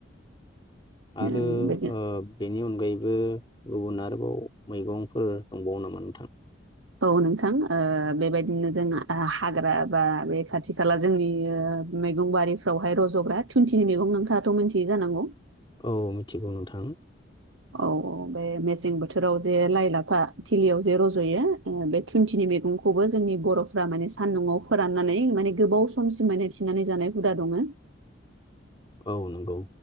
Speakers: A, on the left (about 25°); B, on the right (about 75°).
A: आरो
B: ओ बेजों
A: ओ बेनि अनगायैबो गुबुन आरोबाव मैगंफोर दंबावो नामा नोंथां
B: औ नोंथां ओ बेबायदिनो जों हाग्रा बा बे खाथि खाला जोंनि मैगं बारिफ्रावहाय रज'ग्रा थुुनथिनि मैगं नोंथाङाथ' मिथियै जानांगौ
A: औ मिथिगौ नोंथां
B: औ औ बे मेसें बोथोराव जे लाइ लाफा थिलियाव जे रज'यो ओ बे थुुनथिनि मैगं खौबो जोंनि बर'फ्रा माने सानदुंआव फोराननानै माने गोबाव समसिम माने थिनानै जानाय हुदा दङ
A: औ नंगौ